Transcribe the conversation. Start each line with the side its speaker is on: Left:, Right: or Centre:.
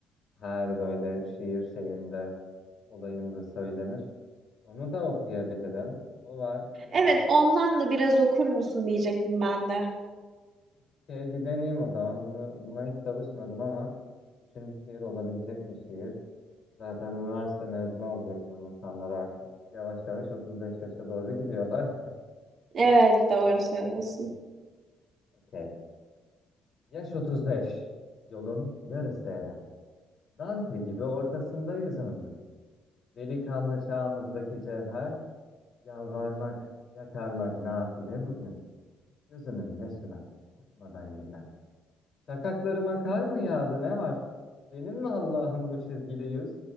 Left: her böyle şiir şeyinde olayında söylenir. Onu da okuyabilirim. O var. Onu
Right: Evet
Left: çok
Right: ondan
Left: severim.
Right: da biraz okur musun diyecektim ben de.
Left: Okey bir deneyeyim o zaman. Bunu, buna hiç çalışmadım ama üçüncü şiir olabilecek bir şiir. Zaten üniversite mezunu olacak bu insanlar artık. Yavaş yavaş 35 yaşa doğru gidiyorlar.
Right: Evet doğru söylüyorsun.
Left: <laughs> Okey. Yaş 35 yolun yarısı eder. Dante gibi ortasında yüzündüm. Delikanlı çağımızdaki cevher, yalvarmak, yakarmak nafile bugün. Gözünün yaşına bakmadan gider. Şakaklarıma kar mı yağdı ne var? Benim mi Allah'ım bu çizgili yüz?